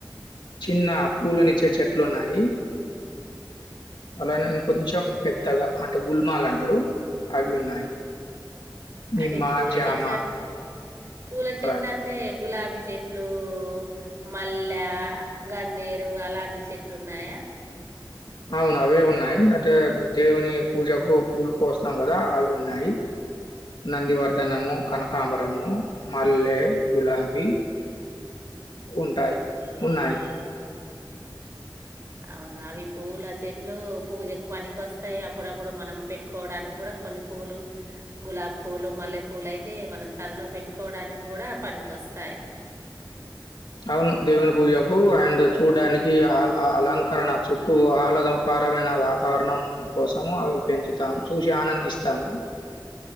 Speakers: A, on the left; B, on the right.
A: చిన్న పూలని ఇచ్చే చెట్లు ఉన్నాయి అలా ఇంకొంచెం పెద్దగా అంటే గుల్మాల్ అంటారు అవి ఉన్నాయి నిమ్మ
B: అంటే పూల
A: జామ
B: చెట్లు అంటే పూల చెట్ల
A: అలాంటివి.
B: అంటే గులాబీ చెట్లు మల్లె గన్నరు అలాంటి చెట్లు ఉన్నాయా
A: అవును అవే ఉన్నాయి అంటే దేవుని పూజకు పూలు కోస్తాం కదా అవి ఉన్నాయి నందివర్ధనము కనకాంబరము మల్లె గులాబీ ఉంటాయి ఉన్నాయి
B: అవునా అవి పూల చెట్లు పూజకు పనికి వస్తాయి అప్పుడప్పుడు మనం పెట్టుకోవడానికి కూడా కొన్ని పూలు గులాబ పూలు మల్లె పూలు అయితే మనం తలలో పెట్టుకోవడానికి కూడా పనికిస్తాయి
A: అవును దేవుని పూజకు అండ్ చూడ్డానికి అ అలంకరణ చుట్టూ ఆహ్లాదకరమైన వాతావరణం కోసం అవి పెంచుతాము చూసి ఆనందిస్తాము